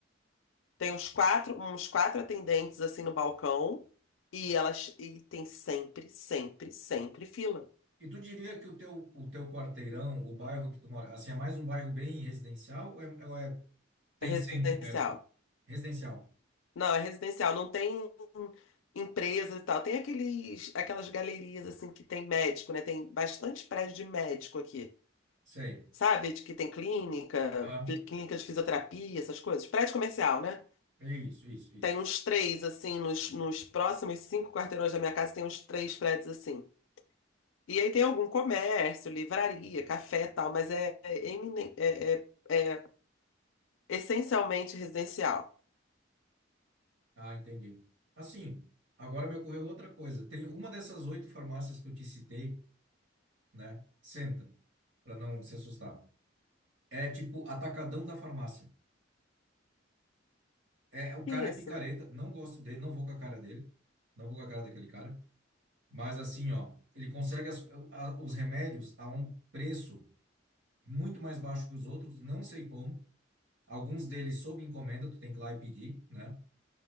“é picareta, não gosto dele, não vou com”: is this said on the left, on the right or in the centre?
Right